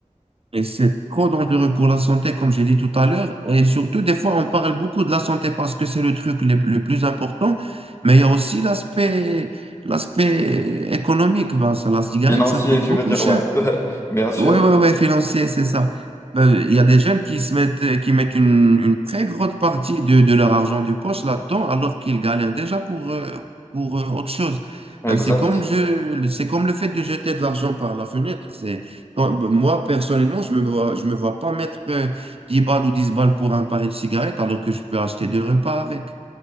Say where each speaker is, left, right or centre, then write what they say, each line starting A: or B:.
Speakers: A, on the right; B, on the left.
A: et c'est trop dangereux pour la santé, comme j'ai dit tout à l'heure. Et surtout, des fois, on parle beaucoup de la santé parce que c'est le truc le, le plus important, mais il y a aussi l'aspect, l'aspect économique. Ben, ça, la cigarette,
B: Financier,
A: ça coûte
B: tu
A: beaucoup
B: veux dire,
A: cher.
B: ouais. <laughs> Bien sûr.
A: Oui, oui, oui, financier, c'est ça. Ben, Il y a des jeunes qui se mettent, qui mettent une, une très grosse partie de, de leur argent du poche là-dedans, alors qu'ils galèrent déjà pour, euh, pour euh, autre chose. Ben,
B: Exact.
A: c'est comme je, c'est comme le fait de jeter de l'argent par la fenêtre. C'est, quand- ben, moi, personnellement, je me vois, je me vois pas mettre euh, 10 balles ou 10 balles pour un paquet de cigarettes, alors que je peux acheter deux repas avec.